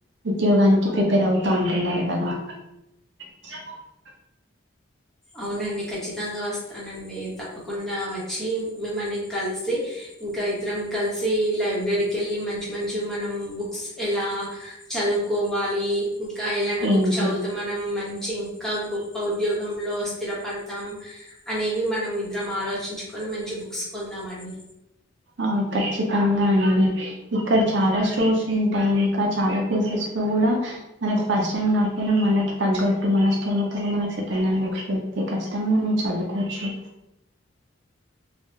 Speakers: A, on the right; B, in the centre.
A: ఉద్యోగానికి ప్రిపేర్ అవుతా అంటున్నారు కదా. <unintelligible>
B: అవునండి ఖచ్చితంగా వస్తానండి తప్పకుండా వచ్చి మిమ్మని కలిసి ఇంకా ఇద్దరం కలిసి సీ లైబ్రరీకి వెళ్ళి మంచి మంచి మనం బుక్స్ ఎలా చదువుకోవాలి ఇంకా ఎలాంటి బుక్
A: ఏంటి
B: చదువుతే మనం మంచి చ్చి ఇంకా గొప్ప ఉద్యోగంలో స్థిరపడతాం అనేవి మనం ఇద్దరం ఆలోచించుకొని మంచి బుక్స్ కొందామండి
A: ఆ ఖచ్చితంగా అండి ఇక్కడ చాలా స్టోర్స్ ఉంటాయి, ఇంకా చాలా ప్లేసెస్ లో కూడా మనకు ఫస్ట్ హ్యాండ్ కాకపోయినా మనకి తగ్గట్టు మన స్తోమతలో మనకి సెకండ్ హ్యాండ్ బుక్స్ పెడితే ఖచ్చితంగా మనం చదువుకోవచ్చు.